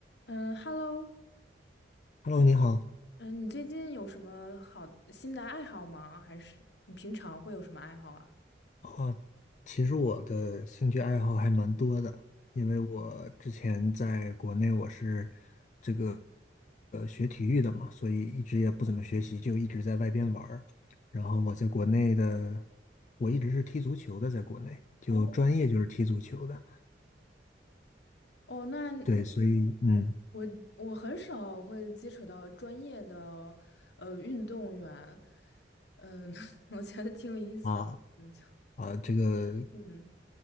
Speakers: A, on the left; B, on the left.
A: 嗯，Hello，
B: Hello，你好。
A: 嗯，你最近有什么好新的爱好吗？还是你平常会有什么爱好啊？
B: 啊，其实我的兴趣爱好还蛮多的，因为我之前在国内我是这个呃学体育的嘛，所以一直也不怎么学习，就一直在外边玩儿。然后我在国内的，我一直是踢足球的，在国内就专业就是踢足球的。
A: 哦，哦，那那
B: 对，所以嗯。
A: 我我很少会接触到专业的呃运动员，嗯，<laughs> 我觉得挺有意思的就
B: 啊。啊，这个
A: 嗯